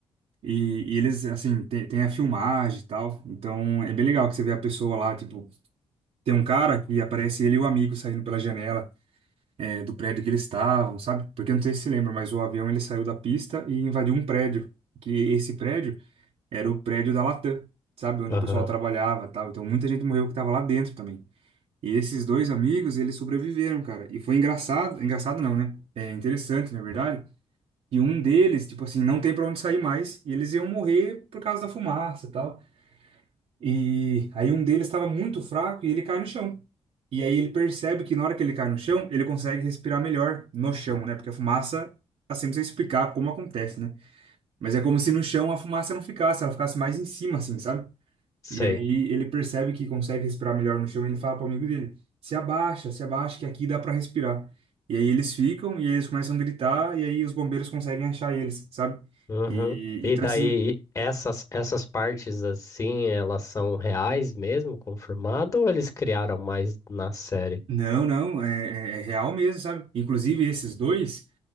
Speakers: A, on the right; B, on the left.
A: E, e eles, assim, tem, tem a filmagem e tal. Então é bem legal que você vê a pessoa lá, tipo, tem um cara que aparece ele e o amigo saindo pela janela, é, do prédio que eles estavam, sabe? Porque eu não sei se você lembra, mas o avião ele saiu da pista e invadiu um prédio. Que esse prédio era o prédio da Latam, sabe? Onde
B: Aham.
A: o pessoal trabalhava e tal. Então muita gente morreu que tava lá dentro também. E esses dois amigos, eles sobreviveram, cara. E foi engraçado, engraçado não, né? É interessante, na verdade e um deles, tipo assim, não tem pra onde sair mais. E eles iam morrer por causa da fumaça e tal. E aí um deles estava muito fraco e ele cai no chão. E aí ele percebe que na hora que ele cai no chão, ele consegue respirar melhor no chão, né? Porque a fumaça, assim, não sei explicar como acontece, né? Mas é como se no chão a fumaça não ficasse, ela ficasse mais em cima, assim, sabe?
B: Sei.
A: E aí ele percebe que consegue respirar melhor no chão e ele fala pro amigo dele: se abaixa, se abaixa, que aqui dá pra respirar. E aí eles ficam e eles começam a gritar e aí os bombeiros conseguem achar eles, sabe?
B: Uhum.
A: E
B: E
A: então
B: daí,
A: assim,
B: essas, essas partes assim, elas são reais mesmo, confirmado, ou eles criaram mais na série?
A: não, não, é, é- é real mesmo, sabe? Inclusive esses dois,